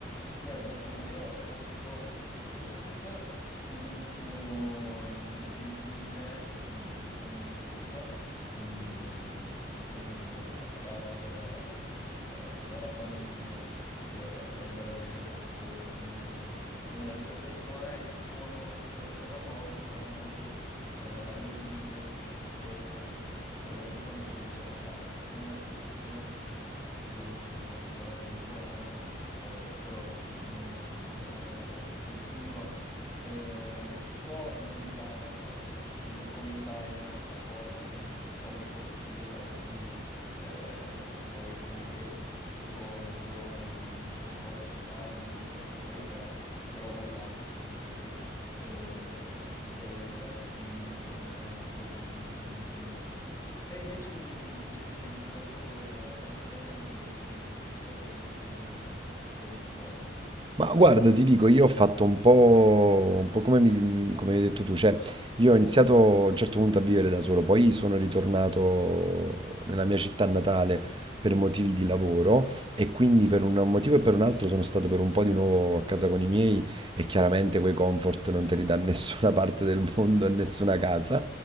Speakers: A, on the left; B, on the right.
A: Guarda, Samuel, io ho avuto un'esperienza nell'ultimo, diciamo, gli ultimi tre anni di, di convivenza, quindi mi sono, diciamo, staccato dalla, eh, dalla famiglia per, per andare a vivere da solo con, eh, con un'altra persona e sono in realtà da poco tornato, eh, all'ovile, quindi con, eh, con la mia famiglia a casa. È una situazione che credo sia, sarà temporanea eh, però ecco, sono, sono tornato da poco, quindi ti dirò, eh, un po' mi mancava, la- come, come sai, è un'altra cosa, i comfort diversi, eh, trovi comunque tutto pronto, hai meno cose da fare, meno responsabilità, però dall'altra ti dico che, eh, ti dico la verità, che mi manca un, un po' di, di indipendenza. Te invece mi, mi dicevi che vivi da solo da tanti anni, come, come ti trovi? Ormai sei ti sei abituato.
B: Ma guarda, ti dico, io ho fatto un po', un po' come mi- come hai detto tu, cioè io ho iniziato a un certo punto a vivere da solo, poi sono ritornato nella mia città natale per motivi di lavoro e quindi per un motivo e per un altro sono stato per un po' di nuovo a casa con i miei e chiaramente quei comfort non te li dà <laughs> nessuna parte del mondo e nessuna casa